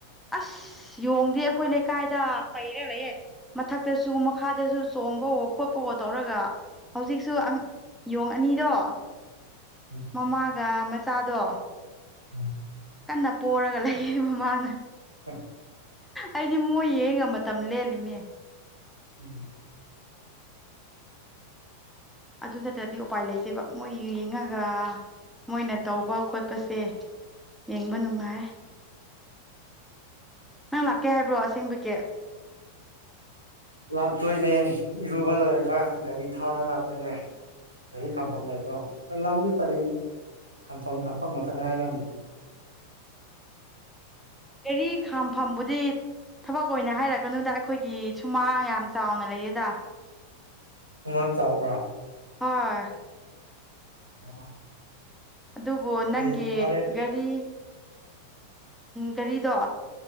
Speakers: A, in the centre; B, on the right.
A: ꯑꯁ ꯌꯣꯡꯗꯤ ꯑꯩꯈꯣꯏ ꯂꯩꯀꯥꯏꯗ ꯄꯩꯔ ꯂꯩꯌꯦ ꯃꯊꯛꯇꯁꯨ ꯃꯈꯥꯗꯁꯨ ꯆꯣꯡꯕꯋꯣ ꯈꯣꯠꯄꯋꯣ ꯇꯧꯔꯒ ꯍꯧꯖꯤꯛꯁꯨ ꯌꯣꯡ ꯑꯅꯤꯗꯣ
B: ꯎꯝ
A: ꯃꯃꯥꯒ ꯃꯆꯥꯗꯣ
B: ꯎꯝ
A: ꯀꯟꯅ ꯄꯣꯔꯒ ꯂꯩꯌꯦ ꯃꯃꯥꯅ
B: <unintelligible>
A: ꯑꯩꯗꯤ ꯃꯣꯏ ꯌꯦꯡꯉꯒ ꯃꯇꯝ ꯂꯦꯜꯂꯤꯅꯦ
B: ꯎꯝ
A: ꯑꯗꯨ ꯅꯠꯇ꯭ꯔꯗꯤ ꯎꯄꯥꯏ ꯂꯩꯇꯦꯕ ꯃꯣꯏ ꯌꯦꯡꯉꯒ ꯃꯣꯏꯅ ꯇꯧꯕ ꯈꯣꯠꯄꯁꯦ ꯌꯦꯡꯕ ꯅꯨꯡꯉꯥꯏ ꯅꯪ ꯂꯥꯛꯀꯦ ꯍꯥꯏꯕ꯭ꯔꯣ ꯑꯁꯦꯡꯕꯒꯤ
B: ꯂꯥꯛꯇꯣꯏꯅꯦ ꯏꯔꯨꯕ ꯂꯣꯏꯔꯒ ꯒꯥꯔꯤ ꯊꯧꯔꯒ ꯂꯥꯛꯇꯣꯏꯅꯦ ꯒꯥꯔꯤ ꯈꯥꯝꯐꯝ ꯂꯩꯕ꯭ꯔꯣ ꯂꯝꯕꯤ ꯄꯔꯦꯡ <inaudible> ꯈꯛꯇ ꯉꯥꯏꯔꯝꯅꯤ
A: ꯒꯥꯔꯤ ꯈꯥꯝꯐꯝꯕꯨꯗꯤ ꯊꯕꯛ ꯑꯣꯏꯅ ꯍꯥꯏꯔꯛꯀꯅꯨꯗ ꯑꯩꯈꯣꯏꯒꯤ ꯁꯨꯃꯥꯡ ꯌꯥꯝ ꯆꯥꯎꯅ ꯂꯩꯌꯦꯗ
B: ꯁꯨꯃꯥꯡ ꯆꯥꯎꯕ꯭ꯔꯣ
A: ꯍꯣꯏ
B: <inaudible>
A: ꯑꯗꯨꯕꯨ
B: ꯑꯗꯨꯗꯤ
A: ꯅꯪꯒꯤ
B: ꯍꯣꯔꯦꯟ
A: ꯒꯥꯔꯤ ꯒꯥꯔꯤꯗꯣ